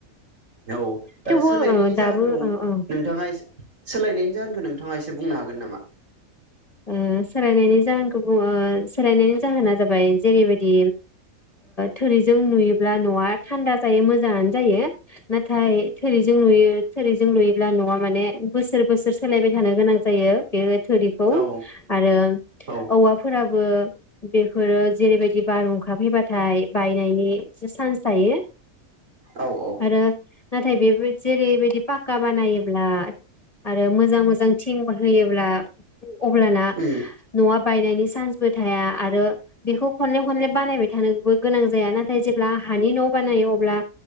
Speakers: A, on the right (about 65°); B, on the left (about 30°).
A: औ
B: थेवबो
A: सोलायनायनि
B: ओ दाबो
A: जाहोनखौ
B: ओ ओ
A: नोंथाङा सोलायनायनि जाहोनखौ नों नोंथाङा एसे बुंनो हागोन नामा।
B: ओ सोलायनायनि जाहोनखौङो ओ सोलायनायनि जाहोना जाबाय जेरैबायदि थोरिजों नुयोब्ला नआ थान्दा जायो मोजाङानो जायो नाथाय थोरिजों नुयो थोरिजों लुयोब्ला नआ माने बोसोर बोसोर सोलायबाय थानो गोनां जायो बे थुरिखौ
A: औ
B: आरो
A: औ
B: औवाफोराबो बेफोरो जेरैबायदि बारहुंखाफैबाथाय बायनायनि एसे चान्स थायो
A: औ औ
B: आरो नाथाय बे जेरैबायदि पाक्का बानायोब्ला आरो मोजां मोजां थिं ब होयोब्ला अब्लाना
A: उम
B: नआ बायनायनि चान्सबो थाया आरो बेखौ खनले खनले बानायबाय थानोबो गोनां जाया नाथाय जेब्ला हानि न बानायो अब्ला